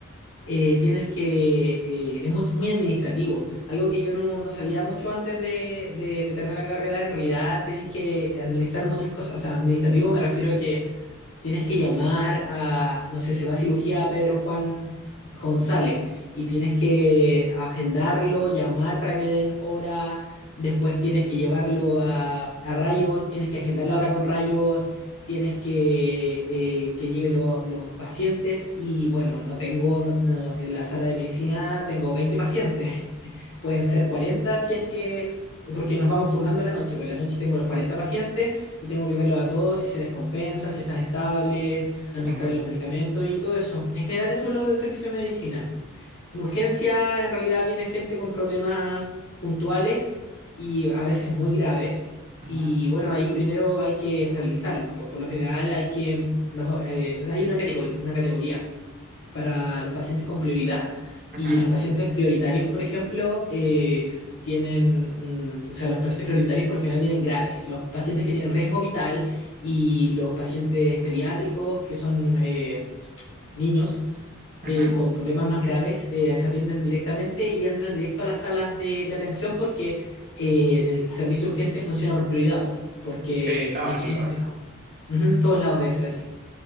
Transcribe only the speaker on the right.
Ujú,
ujú,
ujú,
ujú,
ujú.
Sí,
no, es
lógico.